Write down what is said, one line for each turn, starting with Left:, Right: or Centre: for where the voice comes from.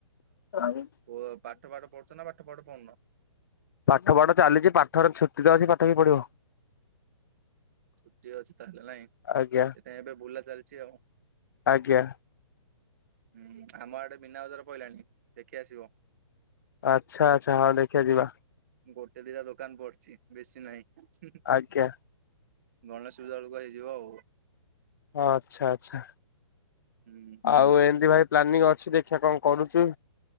Left: ଆଉ?
Right: ଓ ପାଠ ଫାଠ ପଢୁଚନା, ପାଠ ଫାଠ ପଢୁନ?
Left: ପାଠ ଫାଠ ଚାଲିଚି ପାଠରେ ଛୁଟିତ ଅଛି ପାଠ କିଏ ପଢିବ।
Right: ଛୁଟି ଅଛି ତାହେଲେ ନାଇଁ ସେଥିପାଇଁ
Left: ଆଜ୍ଞା
Right: ଏବେ ବୁଲା ଚାଲିଚି ଆଉ।
Left: ଆଜ୍ଞା।
Right: ହୁଁ ଆମ ଆଡ଼େ ମିନା ଵଜାର ପଇଲାଣି ଦେଖି ଆସିବ?
Left: ଆଚ୍ଛା ଆଚ୍ଛା ହଉ ଦେଖିଆ ଯିବା।
Right: ଗୋଟେ ଦିଟା ଦୋକାନ ପଡ଼ିଚି ବେଶୀ ନାହିଁ ହେ ହେ।
Left: ଆଜ୍ଞା
Right: ଗଣେଶ ପୂଜା ବେଳକୁ ହେଇଯିବ ଆଉ।
Left: ଆଚ୍ଛା ଆଚ୍ଛା।
Right: ହୁଁ।
Left: ଆଉ ଏମିତି ଭାଇ ପ୍ଲାନିଂ ଅଛି ଦେଖିଆ କଣ କରୁଚୁ।